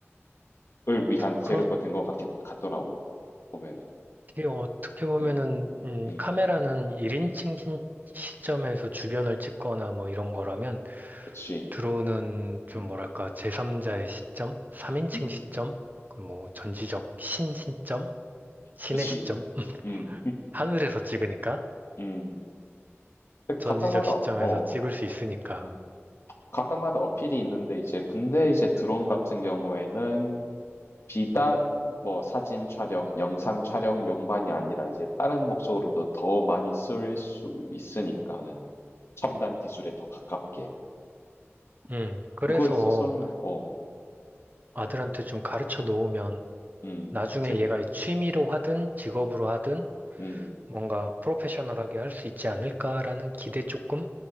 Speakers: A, on the left (about 65°); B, on the right (about 40°).
A: 위한 재료가
B: 그렇지.
A: 된 것 같기 같더라고 보면은
B: 어떻게 보면은,
A: 음, 음,
B: 음, 카메라는 1인칭 시점에서 주변을 찍거나 뭐 이런 거라면,
A: 그치,
B: 드론은 좀
A: 음,
B: 뭐랄까, 제3자의 시점? 3인칭
A: 음,
B: 시점? 그 뭐, 전지적 신 시점? 신의
A: 그치,
B: 시점? <laughs>
A: 음,
B: 하늘에서 찍으니까?
A: 음. 근데
B: 전지적
A: 각각마다
B: 시점에서
A: 어,
B: 찍을 수 있으니까.
A: 음, 각각마다 어필이 있는데 이제 근데 이제 드론 같은 경우에는 비단 뭐 사진 촬영, 영상 촬영용만이 아니라 이제 다른 목적으로도 더 많이 쓸 수 있으니까는 첨단 기술에 더 가깝게.
B: 음, 그래서
A: 그거에 있어서는 어,
B: 아들한테 좀 가르쳐 놓으면,
A: 음,
B: 나중에
A: 제,
B: 얘가 취미로 하든 직업으로 하든
A: 음,
B: 뭔가 프로페셔널하게 할 수 있지 않을까라는 기대 조금